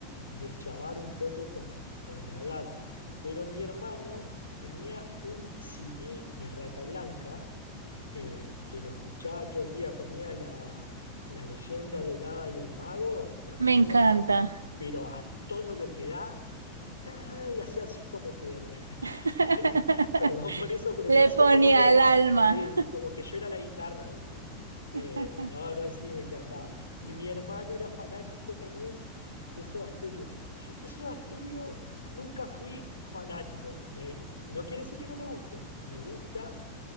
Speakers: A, on the left (about 85°); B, on the right (about 80°).
A: deschavar un poco con, con la edad, pero mi hermano tenía un CD de Rata Blanca eh, que lo escuchaba todo el día, ponía la, la leyenda del hada y el mago, la
B: Me
A: ponía
B: encanta.
A: pero a todo lo que da, ta, y hacía así como que <laughs>
B: <laughs>
A: <laughs> Perdón por eso, pero
B: Le
A: yo hacía
B: ponía
A: como que era,
B: el alma.
A: sí, como que yo era la guitarra, ¿viste? Eh,
B: <laughs>
A: no, no, sí, me encantaba. Y mi hermano era fanático también de Soda Stereo. Yo de Soda Stereo nunca fui fanático. Me- no quiere decir que no me guste, me gusta,